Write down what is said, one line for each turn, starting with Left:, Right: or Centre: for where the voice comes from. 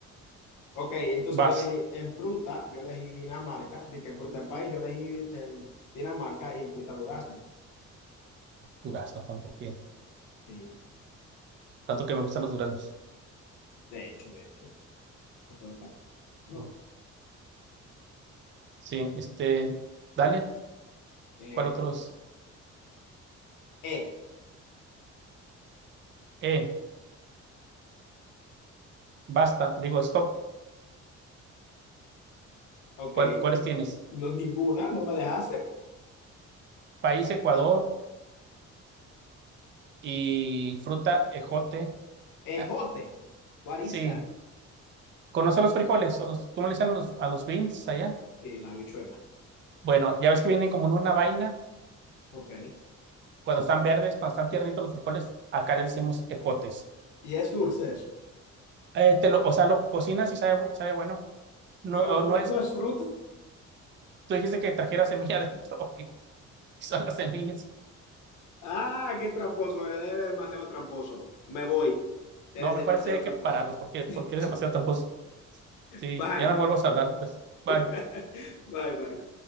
Left: Ok, entonces
Right: vas.
Left: yo elegí en fruta, yo elegí Dinamarca, De que en fruta del país, yo elegí en Dinamarca y en fruta durazno.
Right: Durazno, cuánto tiene.
Left: Sí,
Right: Tanto que me gustan los duraznos.
Left: de hecho, de hecho, ¿no toca? No.
Right: Bueno, Sí, este, dale.
Left: Eh,
Right: ¿Cuál otro es?
Left: eh,
Right: Eh, basta. Digo, stop.
Left: ok,
Right: ¿Cuál, cuáles tienes?
Left: no ninguna, no me dejaste.
Right: País Ecuador y fruta ejote.
Left: Ejote,
Right: <laughs>
Left: what is
Right: Sí,
Left: that?
Right: ¿Conoce los frijoles? O los, ¿cómo le dicen a los, a los beans allá?
Left: Sí, la habichuela,
Right: Bueno, ya ves que vienen como en una vaina,
Left: ok.
Right: cuando están verdes, cuando están tiernitos los frijoles, acá les decimos ejotes.
Left: Y es dulce eso,
Right: Eh, te lo, o sea, lo cocinas y sabe, bu- sabe bueno. No,
Left: pero
Right: o
Left: no,
Right: no es,
Left: no es fruta.
Right: tú dijiste que trajera semilla <laughs> adentro y son las semillas.
Left: Ah, qué tramposo, eres, eres demasiado tramposo. Me voy, eres
Right: No, mejor
Left: demasiado
Right: esto ya hay
Left: tramposo.
Right: que pararlos porque, porque
Left: <laughs>
Right: eres demasiado tramposo. Sí,
Left: Bye,
Right: ya no me vuelvas a hablar, pues. Bye.
Left: <laughs> bye, Marco.